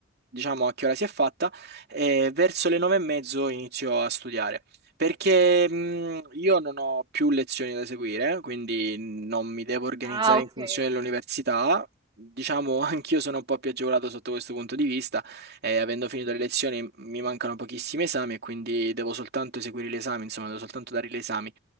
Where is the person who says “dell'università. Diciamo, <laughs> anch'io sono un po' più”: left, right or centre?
Right